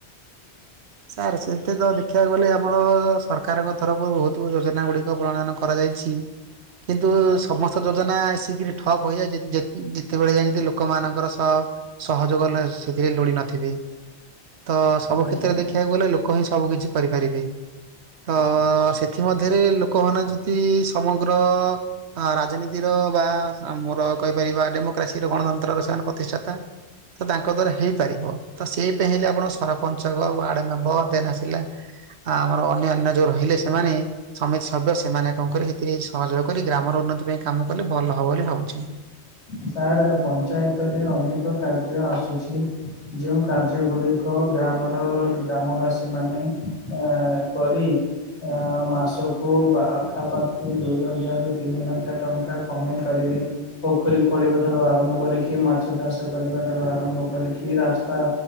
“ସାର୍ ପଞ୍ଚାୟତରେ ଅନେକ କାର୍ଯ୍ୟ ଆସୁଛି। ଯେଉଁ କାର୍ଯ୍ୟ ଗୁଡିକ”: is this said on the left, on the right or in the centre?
Left